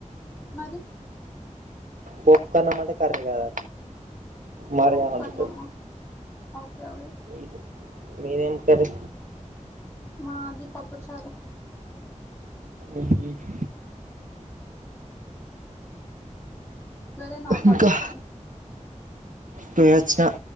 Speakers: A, on the left (about 20°); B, on the right (about 85°).
A: మరి
B: పోప్కన్నం అంటే కర్రి కాదు మరి
A: పోప్
B: అనదు
A: అన్నము ఓకే ఓకే
B: ఇడు మీదేం కర్రి
A: మాది పప్పుచారు
B: ఈట్ ఈట్
A: వెళ్లినా కాలేజీకి
B: ఇంకా పోయి వచ్చిన